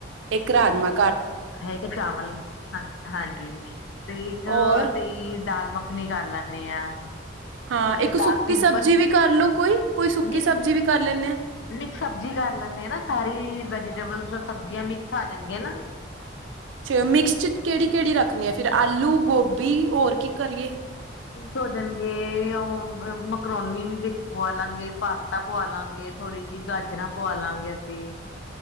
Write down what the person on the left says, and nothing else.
ਹੈ ਇੱਕ ਚਾਵਲ ਹ ਹਾਂਜੀ ਤੇ ਇੱਕ
ਅਸੀਂ, ਦਾਲ ਮੱਖਣੀ ਕਰ ਲੈਂਨੇ ਹਾਂ,
ਦਾਲ
ਸਿੰਪਲ
ਮਿਕਸ
ਮਿਕਸ ਸਬਜ਼ੀ ਕਰ ਲੈਂਦੇ ਆ ਨਾ ਸਾਰੀ ਵੈਜੀਟੇਬਲ ਸਬਜ਼ੀਆਂ ਮਿਕਸ ਆ ਜਾਣਗੀਆਂ ਨਾ,
ਖੋਜਣਗੇ ਉਹ ਮਕਰੋਨੀ ਵੀ ਵਿੱਚ ਪੁਆ ਲਾਂਗੇ ਪਾਸਤਾ ਪੁਆ ਲਾਂਗੇ ਥੋੜੀ ਜੀ, ਗਾਜਰਾਂ ਪਵਾ ਲਾਂਗੇ ਅਸੀਂ,